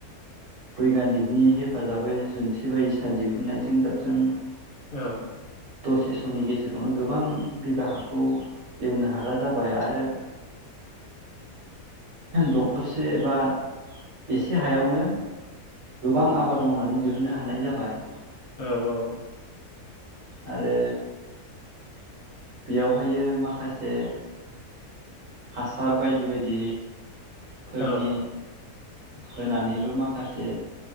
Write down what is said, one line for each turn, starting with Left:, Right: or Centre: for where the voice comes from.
Right: बैगानिकनि हेफाजाबै जुन्थि बायदिसिना दिहुनन्नायजों जाबजों
Left: औ।
Right: दसे समनि गेजेरावनो गोबां बिगा हाखौ एवनो हाग्रा जाबाय आरो दखरसे बा एसे हायावनो गोबां आबाद मावनानै दिहुननो हानाय जाबाय।
Left: औ औ।
Right: आरो बेयावहायो माखासे हासार बायदि बायदि। फोरनि
Left: औ
Right: होनानैबो माखासे